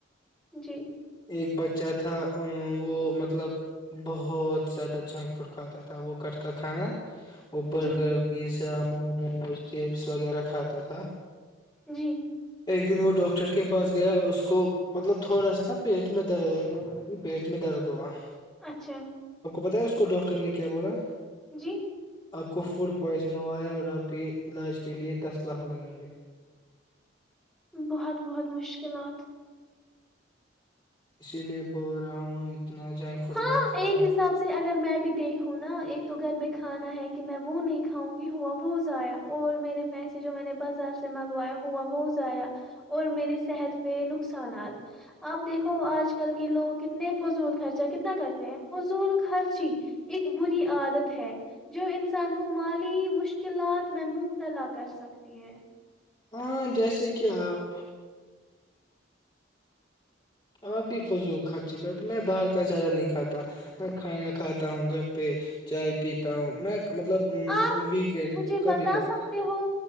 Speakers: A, in the centre; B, on the left.
A: جی
B: ایک بچہ تھا وہ مطلب بہت زیادہ جھنک فوڈ کھاتا تھا وہ گھر کا کھانا اوپر
A: جی
B: کا پیس موموز چپس وغیرہ کھاتا تھا
A: جی
B: ایک دن وہ ڈاکٹر کے پاس گیا اس کو مطلب تھوڑا سا تھاب پیٹ میں درد ہے پیٹ میں درد ہوا
A: اچھا
B: بتایا اس کو ڈاکٹر نے کیا بولا
A: جی
B: آپ کو فوڈ پوائزن ہوا ہے اور آپ کے علاج کے لیے دس لاکھ لگیں گے
A: بہت بہت مشکلات
B: اسی لیے بول رہا ہوں اتنا جنک فوڈ
A: ہاں
B: مت کھایا
A: ایک حساب سے اگر میں بھی دیکھوں نا ایک تو گھر میں کھانا ہے کہ میں وہ نہیں کھاؤں گی ہوا وہ ضایا اور میرے پیسے جو میں نے بازار سے منگایا ہوا وہ ضایا اور میری صحت پہ نقصان انات آپ دیکھو آج کل کے لوگ کتنے فضول خرچہ کتنا کر تے فضول خرچی ایک بری عادت ہے جو انسان کو مالی مشکلات میں مبتلا کر سک رتی ہے
B: ہاں جیسے کہ آپ آپ بھی فضول خرچی کر میں باہر کا زیادہ نہیں کھاتا میں کھانا کھاتا ہوں گھر پہ چائے پیتا ہوں میں مطلب
A: آپ
B: ویکینڈ
A: مجھے
B: کبھی
A: بتا
B: کبھی
A: سکتے ہو